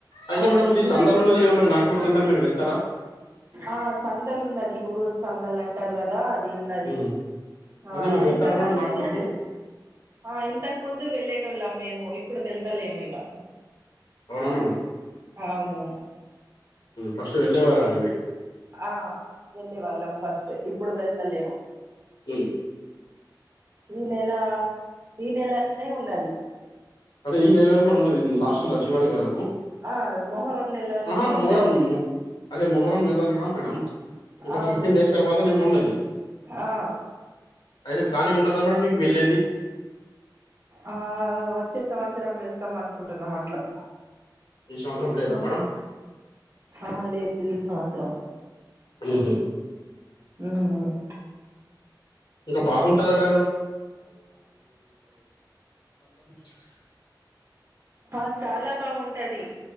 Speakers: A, on the left; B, on the right.
A: అయితే
B: అవును
A: మేడం ఇది
B: జూలై
A: సందాలు ఉన్నది కదా మరి నాగపూర్ సందాలు మీరు వెళ్తారా
B: ఆ సందలు ఉన్నది <unintelligible> రోజ్ సందలు అంటారు కదా ఇది ఉన్నది
A: ఉమ్.
B: ఆ
A: అదే మీరు వెళ్తారా
B: ఇంతక
A: మేడం
B: ముందు
A: నాగ్పూర్కి
B: ఆ ఇంతకు ముందు వెళ్ళేటోళ్ళం మేము ఇప్పుడు వెళ్తలేము ఇగ
A: అవునా మేడం
B: అవును
A: ఫస్ట్ వెళ్ళేవారా అండి
B: ఆ వెళ్ళే వాళ్ళం ఫస్ట్ ఇప్పుడు వెళ్తలేము
A: ఉమ్.
B: ఈ నెల ఈ నెలనే ఉన్నది
A: అదే ఈ నెలల్లో ఉన్నది లాస్ట్ చివరి వరకు
B: ఆ మొహరం నెలలనే
A: ఆహా
B: ఉంటది
A: మొహరం మొ- అదే మొహూరం <unintelligible> మేడం ఇంకా
B: అవును
A: ఫిఫ్టీన్ డేస్ తర్వాతనేేము ఉన్నది
B: ఆ
A: అయితే ప్లానింగ్ ఉన్నదా మేడం మీకు వెళ్ళేది
B: ఆ వచ్చే సంవత్సరం వెళ్తాం అనుకుంటున్నాం అట్లా
A: ఈ సంవత్సరం లేదా మేడం
B: అ లేదు ఈ సంవత్సరం
A: ఉహు
B: ఉమ్.
A: ఇంకా బాగుంటందట <unintelligible> <unintelligible>
B: ఆ చాల బాగుంటది